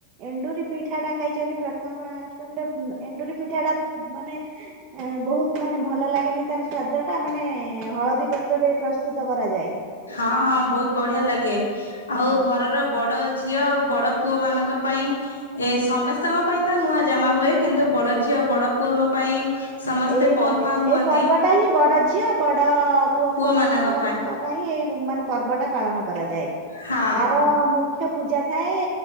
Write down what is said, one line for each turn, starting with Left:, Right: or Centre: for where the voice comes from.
Right: ଏଣ୍ଡୁରି ପିଠାଟା ଖାଇଛନ୍ତି ପ୍ରଥମାଷ୍ଟମୀର ଏଣ୍ଡୁରି ପିଠାଟା ମାନେ ଏ ବହୁତ ମାନେ ଭଲ ଲାଗେନି ତାର ସ୍ଵାଦଟା ମାନେ ହଳଦୀ ପତ୍ରରେ ପ୍ରସ୍ତୁତ କରାଯାଏ।
Left: ହଁ ହଁ ବହୁତ ବଢିଆ ଲାଗେ ଆଉ
Right: ହଁ
Left: ଘରର ବଡ ଝିଅ ଆଉ ବଡ ପୁଅମାନଙ୍କ ପାଇଁ ଏ ସମସ୍ତଙ୍କ ପାଇଁ ତ ନୂଆ ଜାମା ହୁଏ କିନ୍ତୁ ବଡ ଝିଅ ବଡ ପୁଅଙ୍କ ପାଇଁ ସମସ୍ତେ
Right: ଏଇ
Left: ପରୁହାଁ
Right: ମାନେ
Left: ହୁଅନ୍ତି
Right: ଏଇ ପର୍ବଟା ହିଁ ବଡ ଝିଅ ବଡ ପୁଅଙ୍କ
Left: ପୁଅ
Right: ମାନବକଙ୍କ
Left: ମାନଙ୍କ
Right: ପାଇଁ ବୁ ମାନେ ପର୍ବ ଟା ପାଳନ କରାଯାଏ
Left: ହଁ
Right: ତାର ମୁ ଖ୍ୟ ପୂଜା ଥାଏ